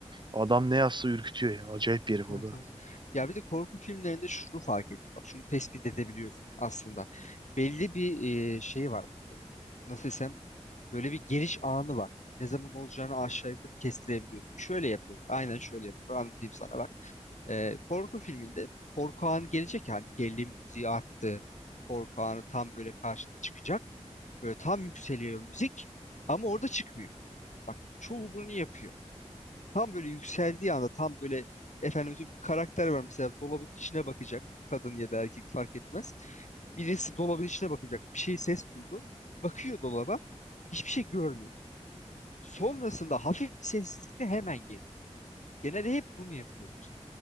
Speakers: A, on the right; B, on the left.
A: adam ne yazsa ürkütüyor ya. Acayip bir herif
B: Evet
A: o da.
B: evet. Ya bir de korku filmlerinde şunu fark ettim. Bak şunu tespit edebiliyorsun aslında. Belli bir e, şey var. Nasıl desem böyle bir geliş anı var. Ne zaman olacağını aşağı yukarı kestirebiliyorsun. Şöyle yapıyorlar. Aynen şöyle yapıyorlar. Anlatayım sana. Ee, korku filminde korku anı gelecek yani gerilim müziği arttı. Korku anı tam böyle karşına çıkacak. Böyle tam yükseliyor müzik ama orada çıkmıyor. Bak çoğu bunu yapıyor. Tam böyle yükseldiği anda tam böyle efendim bir karakter var mesela dolabın içine bakacak. Kadın ya da erkek fark etmez. Birisi dolabın içine bakacak. Bir şey ses duydu. Bakıyor dolaba. Hiçbir şey görmüyor. Sonrasında hafif bir sessizlikle hemen geliyor. Genelde hep bunu yapıyorlar.